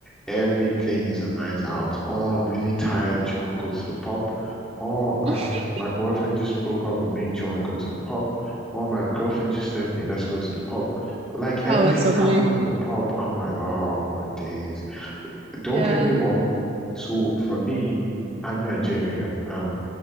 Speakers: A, in the centre; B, on the right.
A: everything is a night out. Oh, I'm really tired. Do you want to go to the pub? Oh,
B: <laughs>
A: uh, my boyfriend just broke up with me. Do you want to go to the pub? Oh, my girlfriend just left me. Let's go to the pub. Like
B: Oh,
A: everything
B: that's so
A: happens
B: funny.
A: in the pub. I'm like, oh my days. Don't
B: Yeah.
A: get me wrong. So for me, I'm Nigerian, and